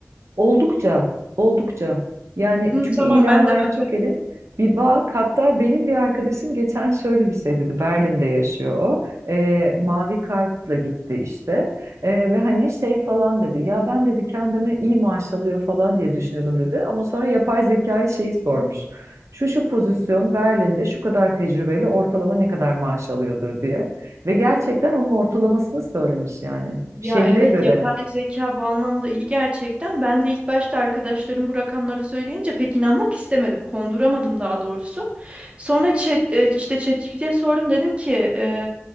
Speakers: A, on the right; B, on the right.
A: Oldukça, oldukça. Yani
B: Hı,
A: çünkü
B: tamam
A: ilanlar
B: ben de bakarım.
A: çok eli. Bir bak, hatta benim bir arkadaşım geçen şöyle bir şey dedi. Berlin'de yaşıyor o. Ee, mavi kartla gitti işte. Ee, ve hani şey falan dedi. Ya ben dedi kendimi iyi maaş alıyor falan diye düşünüyordum dedi. Ama sonra yapay zekaya şeyi sormuş. Şu şu pozisyon Berlin'de şu kadar tecrübeyle ortalama ne kadar maaş alıyordur diye. Ve gerçekten onun ortalamasını söylemiş yani. Şehre
B: Ya evet
A: göre.
B: yapay zeka bu anlamda iyi gerçekten. Ben de ilk başta arkadaşlarım bu rakamları söyleyince pek inanmak istemedim. Konduramadım daha doğrusu. Sonra chat, e, işte ChatGPT'ye sordum dedim ki e,